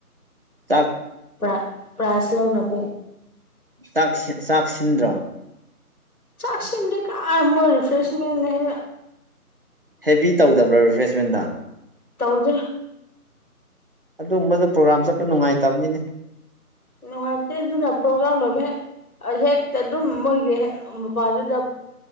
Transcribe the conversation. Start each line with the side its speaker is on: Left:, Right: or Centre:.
Right: ꯇꯥꯛ
Left: ꯄ꯭ꯔ ꯄ꯭ꯔꯥꯥꯏꯁ ꯂꯧꯅ <unintelligible>
Right: ꯥꯆꯥꯛꯁꯤꯟ ꯆꯥꯛꯁꯤꯟꯗ꯭ꯔꯣ
Left: ꯆꯥꯛꯁꯤꯟꯗꯤ ꯀꯥꯔ ꯃꯣꯏ ꯔꯤꯐ꯭ꯔꯦꯁꯃꯦꯟ ꯍꯦ
Right: ꯍꯦꯕꯤ ꯇꯧꯗꯕ꯭ꯔꯥ ꯔꯤꯐ꯭ꯔꯦꯁꯃꯦꯟꯗ
Left: ꯇꯧꯗꯦ
Right: ꯑꯗꯨꯒꯨꯝꯕꯗ ꯄ꯭ꯔꯣꯒꯥ꯭ꯔꯥꯝ ꯆꯠꯄ ꯅꯨꯡꯉꯥꯏꯇꯕꯅꯤꯅꯦ
Left: ꯅꯨꯡꯉꯥꯏꯇꯦ ꯑꯗꯨꯅ ꯄ꯭ꯔꯣꯒ꯭ꯔꯥꯝ ꯂꯣꯏꯕ ꯍꯦꯛ ꯍꯦꯛꯇ ꯑꯗꯨꯝ ꯃꯣꯏꯒꯤ ꯃꯄꯥꯗꯨꯗ